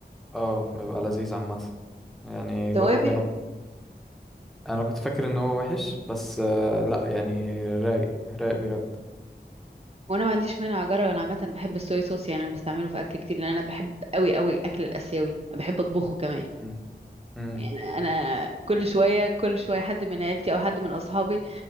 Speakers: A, in the centre; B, on the right.
A: آه، بيبقى لذيذ عامة يعني
B: توابل
A: جرب يعني انا كنت فاكر ان هو وحش بس آه لا يعني رايق رايق بجد
B: وانا ما عنديش مانع اجرب انا عامه بحب الصويا صوص يعني انا بستعمله في اكل كتير لان انا بحب قوي قوي اكل الاسيوي انا بحب اطبخه كمان
A: مم. مم.
B: يعني انا كل شويه كل شويه حد من عيلتي او حد من اصحابي